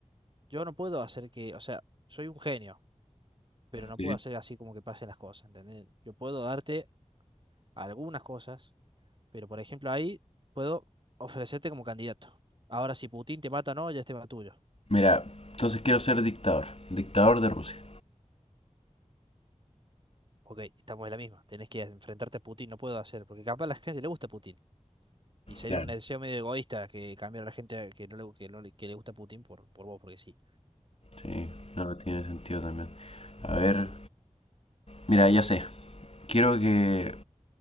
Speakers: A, on the right; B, on the left.
A: Yo no puedo hacer que, o sea, soy un genio, pero no
B: Sí.
A: puedo hacer así como que pasen las cosas, ¿entendés? Yo puedo darte algunas cosas, pero por ejemplo ahí puedo ofrecerte como candidato. Ahora, si Putin te mata no, ya es tema tuyo.
B: Mira, entonces quiero ser dictador, dictador de Rusia.
A: Ok, estamos en la misma. Tenés que enfrentarte a Putin, no puedo hacer, porque capaz a la gente le gusta Putin. Y sería
B: Claro.
A: un deseo medio egoísta que cambiar a la gente que no le, que no le, que le gusta Putin por, por vos, porque sí.
B: Sí, no, tiene sentido también. A ver, Mira, ya sé. Quiero que